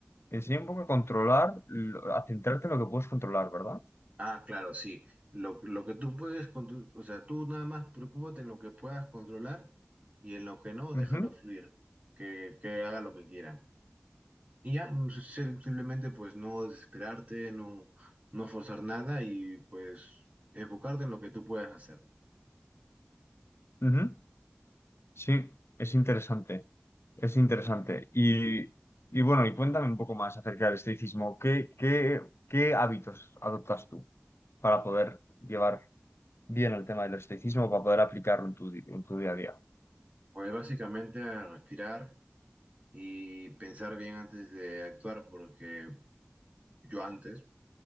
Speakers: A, on the left; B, on the right.
A: Te Enseña un poco a controlar, lo- a centrarte en lo que puedes controlar, ¿verdad?
B: Ah, claro, sí. Lo, lo que tú puedes, contro- o sea, tú nada más preocúpate en lo que puedas controlar y en lo que no, déjalo
A: Ujú,
B: fluir, que, que haga lo que quiera. Y ya, no sé, sim- simplemente pues no desesperarte, no, no forzar nada y pues enfocarte en lo que tú puedas hacer.
A: ujú. Sí, es interesante, es interesante. Y, y bueno, y cuéntame un poco más acerca del estoicismo. ¿Qué, qué, qué hábitos adoptas tú para poder llevar bien el tema del estoicismo, para poder aplicarlo en tu, di- en tu día a día?
B: Pues básicamente a respirar y pensar bien antes de actuar, porque yo antes,